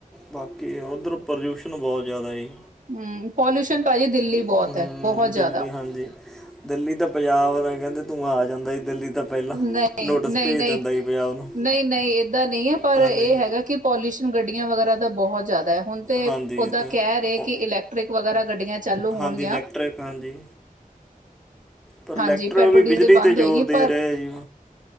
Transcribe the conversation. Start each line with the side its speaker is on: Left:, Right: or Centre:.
Centre: ਬਾਕੀ ਉੱਧਰ ਪ੍ਰਦਿਊਸ਼ਨ ਬਹੁਤ ਜ਼ਿਆਦਾ ਜੀ।
Right: ਹਮ ਪੋਲਿਊਸ਼ਨ ਭਾਜੀ ਦਿੱਲੀ ਬਹੁਤ
Centre: ਹੂੰ
Right: ਹੈ ਬਹੁਤ ਜ਼ਿਆਦਾ
Centre: ਦਿੱਲੀ ਹਾਂਜੀ ਦਿੱਲੀ ਤਾਂ ਪੰਜਾਬ ਕਹਿੰਦੇ ਤੂੰ ਆ ਜਾਂਦਾ ਸੀ ਦਿੱਲੀ ਤਾਂ ਪਹਿਲਾਂ
Right: ਨਹੀਂ
Centre: ਨੋਟਿਸ
Right: ਨਹੀਂ
Centre: ਭੇਜ
Right: ਨਹੀਂ
Centre: ਦਿੰਦਾ ਜੀ ਪੰਜਾਬ ਨੂੰ
Right: ਨਹੀਂ ਨਹੀਂ ਏਦਾਂ ਨਹੀਂ ਹੈ ਪਰ
Centre: ਹਾਂਜੀ
Right: ਇਹ ਹੈਗਾ ਕਿ ਪੋਲਿਊਸ਼ਨ ਗੱਡੀਆਂ ਵਗੈਰਾ ਦਾ ਬਹੁਤ ਜ਼ਿਆਦਾ ਹੈ ਹੁਣ ਤੇ
Centre: ਹਾਂਜੀ
Right: ਓਦਾ
Centre: ਇਹ ਤਾਂ ਹੈ।
Right: ਕਹਿ ਰਹੇ ਕਿ ਇਲੈਕਟ੍ਰਿਕ ਵਗੈਰਾ ਗੱਡੀਆਂ ਚਾਲੂ ਹੋਣਗੀਆਂ
Centre: ਹਾਂਜੀ ਇਲੈਕਟ੍ਰਿਕ ਹਾਂਜੀ ਪਰ
Right: ਹਾਂਜੀ
Centre: ਇਲੈਕਟਰ
Right: ਪੈਟਰੋਲ
Centre: ਵੀ
Right: ਡੀਜ਼ਲ
Centre: ਬਿਜਲੀ
Right: ਦੀ ਬੰਦ
Centre: 'ਤੇ ਜ਼ੋਰ
Right: ਹੋਏਗੀ
Centre: ਦੇ
Right: ਪਰ
Centre: ਰਹੇ ਜੀ